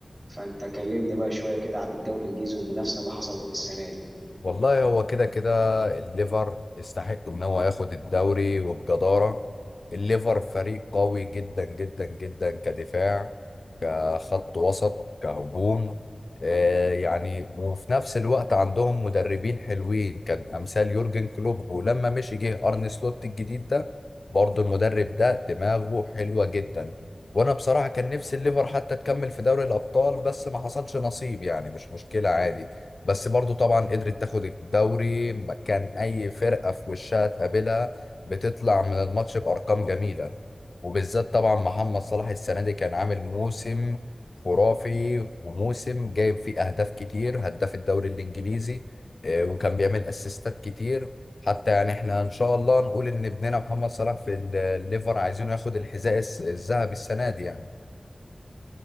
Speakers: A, on the right (about 20°); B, on the left (about 70°).
A: فانت كلمني بقى شويه كده عن الدوري الانجليزي والمنافسه اللي حصلت في السنه دي
B: والله هو كده كده الليفر يستحق ان هو ياخد الدوري وبجدارة الليفر فريق قوي جدا جدا جدا كدفاع كخط وسط كهجوم آه يعني وفي نفس الوقت عندهم مدربين حلوين كان امثال يورجن كلوب ولما مشي جه ارن سلوت الجديد ده برضه المدرب ده دماغه حلوة جدا وانا بصراحة كان نفسي الليفر حتى تكمل في دوري الابطال بس ما حصلش نصيب يعني مش مشكلة عادي بس برضو طبعا قدرت تاخد الدوري ما كان اي فرقة في وشها تقابلها بتطلع من الماتش بارقام جميلة وبالذات طبعا محمد صلاح السنة دي كان عامل موسم خرافي وموسم جايب فيه اهداف كتير هداف الدوري الانجليزي آه، وكان بيعمل اسيستات كتير حتى يعني احنا ان شاء الله نقول ان ابننا محمد صلاح في ال- الليفر عايزينه ياخد الحذاء الس- الذهبي السنة دي يعني